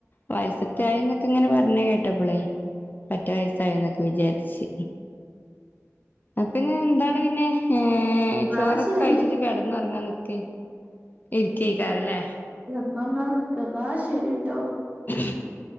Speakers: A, on the left; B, on the right.
A: വയസത്ത്യാ യിന്നൊക്കെ ഇങ്ങനെ പർഞ്ഞെ കേട്ടപ്പളെ. പറ്റെ വയസ്സായിന്നൊക്കെ വിചാരിച്ച്. അപ്പ ഇങ്ങ് എന്താണ് പിന്നെ ഏ
B: എന്നാ
A: ചോറൊക്കെ
B: ശരി
A: കഴിച്ചിട്ട് കെടന്നൊർങ്ങാൻ നിക്കേ. ഇര്ക്കേക്കാരലേ?
B: കെട്ന്നൊർങ്ങാനിക്കാ ന്നാ ശെരിട്ടോ.
A: <unintelligible>